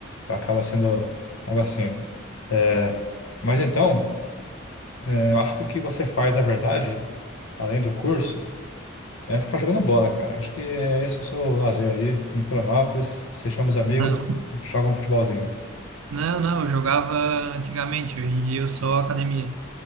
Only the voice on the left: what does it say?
Acaba sendo algo assim. É, mas então, é, eu acho que o que você faz, na verdade, além do curso. É ficar jogando bola, cara. Acho que é esse o seu lazer aí em Florianópolis. Você chama os amigos,
joga um futebolzinho.